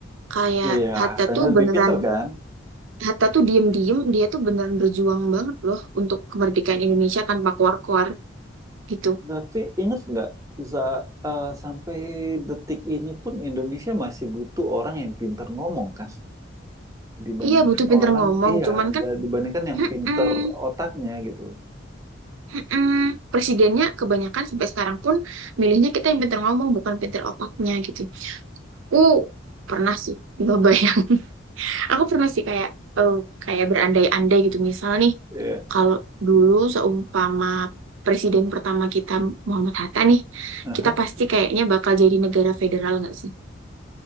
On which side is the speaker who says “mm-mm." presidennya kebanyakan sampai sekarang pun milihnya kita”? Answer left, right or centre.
Right